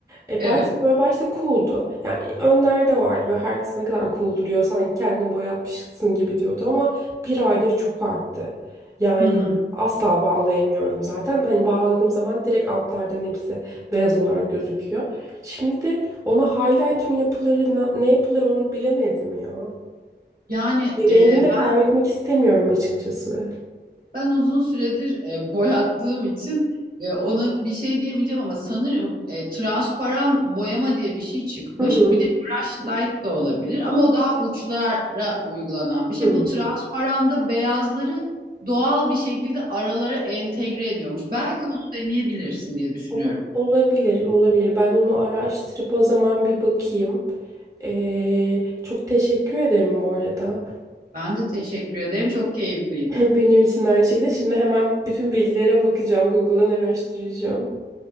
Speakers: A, on the right (about 15°); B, on the right (about 55°).
A: E,
B: Evet.
A: başta böyle başta cool'du. Yani önlerde vardı böyle herkes ne kadar cool duruyor sanki kendin boyatmışsın gibi diyordu ama bir aydır çok arttı. Yani
B: Hı hı.
A: asla bağlayamıyorum zaten. Hani bağladığım zaman direkt altlardan hepsi beyaz olarak gözüküyor. Şimdi ona highlight mı yapılır na- ne yapılır onu bilemedim ya.
B: Yani e,
A: Rengini de Evet,
B: ben
A: kaybetmek istemiyorum açıkçası.
B: ben uzun süredir e, boyattığım için e, ona bir şey diyemeyeceğim ama sanırım e, transparan boyama diye bir şey çıkmış.
A: Hı hı.
B: Bir de brush light da olabilir ama o daha uçlara uygulanan bir şey.
A: Hı hı.
B: Bu transparanda beyazları doğal bir şekilde aralara entegre ediyormuş. Belki onu deneyebilirsin diye düşünüyorum.
A: Ol- Olabilir, olabilir. Ben onu araştırıp o zaman bir bakayım. Ee, çok teşekkür ederim bu arada.
B: Ben de teşekkür ederim. Çok keyifliydi.
A: <laughs> Benim için de aynı şekilde. Şimdi hemen bütün bilgilere bakacağım. Google'dan araştıracağım.